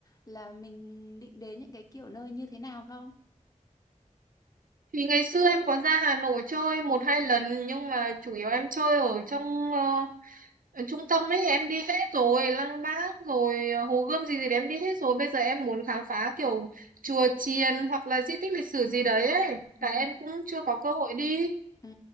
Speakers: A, on the left; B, on the right.
A: là mình định đến những cái kiểu nơi như thế nào không?
B: thì ngày xưa em có ra Hà Nội chơi một hai lần nhưng mà chủ yếu em chơi ở trong ờ, ở trung tâm ấy em đi hết rồi Lăng Bác rồi ờ, Hồ Gươm gì gì đấy em đi hết rồi bây giờ em muốn khám phá kiểu chùa Chiền hoặc là di tích lịch sử gì đấy ấy
A: Ừ.
B: cả em cũng chưa có cơ hội đi
A: Ừ,